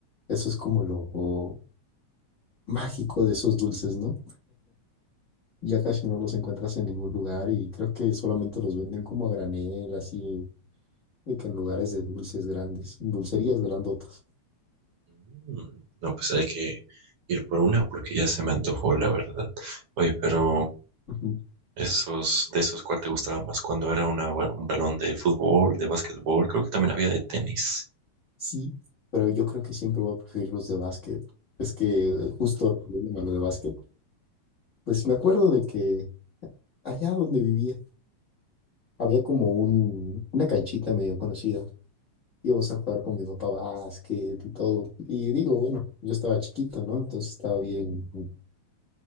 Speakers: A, on the left (about 85°); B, on the right (about 70°).
A: Eso es como lo mágico de esos dulces, ¿no? Ya casi no los encuentras en ningún lugar y creo que solamente los venden como a granel, así, de que en lugares de dulces grandes, dulcerías grandotas.
B: Mm, no, pues hay que ir por una porque ya se me antojó, la verdad. Oye, pero
A: Ujú.
B: Esos, de esos, ¿cuál te gustaba más? Cuando era una ba- un balón de fútbol, de básquetbol, creo que también había de tenis.
A: Sí, pero yo creo que siempre voy a preferir los de básquet. Es que justo refiriéndome a lo de básquet, pues me acuerdo de que allá donde vivía había como un, una canchita medio conocida. Íbamos a jugar con mi papá básquet y todo. Y digo, bueno, yo estaba chiquito, ¿no? Entonces estaba bien,